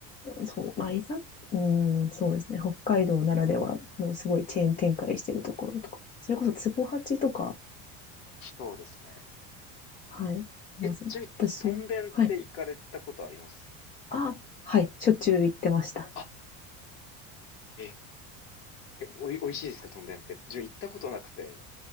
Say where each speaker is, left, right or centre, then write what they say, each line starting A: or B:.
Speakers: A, on the left; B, on the left.
A: そう、まあ、いざ、うん、そうですね。北海道ならではのすごいチェーン展開してるところとか。それこそ、ツボハチとか、
B: そうですね。
A: はい、いますね。
B: え、ちなみに、
A: 私、
B: トンデンって行かれたことあります
A: はい。あ、はい。しょっちゅう行ってました。
B: あ、え、え、おい、おいしいですか、トンデンって。自分行ったことなくて。